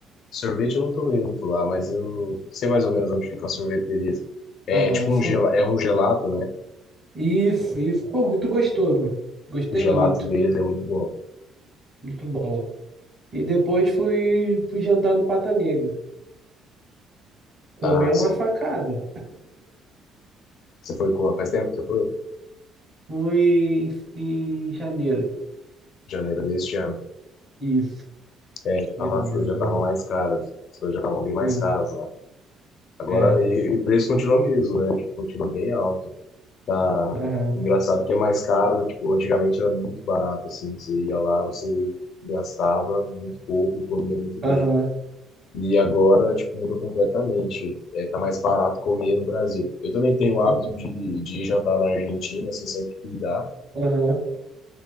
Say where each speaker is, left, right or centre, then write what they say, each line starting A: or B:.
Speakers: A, on the left; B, on the right.
A: Sorvete eu não tomei muito lá, mas eu sei mais ou menos onde ficam as sorveterias. É
B: Aham.
A: tipo
B: so-
A: um, gel... é um gelato, né?
B: Isso, isso. Pô, muito gostoso. Gostei
A: O gelato
B: muito.
A: deles é muito bom.
B: Muito bom. E depois fui, fui jantar no Pata Negra. Tomei
A: Ah,
B: uma
A: sim.
B: facada.
A: Você foi com... Faz tempo que você foi?
B: Fui em, em janeiro.
A: Janeiro deste ano.
B: Isso,
A: É, já tava,
B: janeiro
A: as coisas
B: agora.
A: já estavam mais caras. As coisas já estavam bem mais
B: Sim,
A: caras lá. Agora,
B: é.
A: e, e o preço continua mesmo, né? Tipo, continua bem alto. Tá
B: Aham,
A: engraçado que é mais caro, né? tipo, antigamente era muito barato, assim, você ia lá, você gastava muito pouco e comia muito bem.
B: aham,
A: E agora, tipo, muda completamente. É, tá mais barato comer no Brasil. Eu também tenho o hábito
B: sim,
A: de, de ir jantar na Argentina, assim, sempre que dá.
B: aham,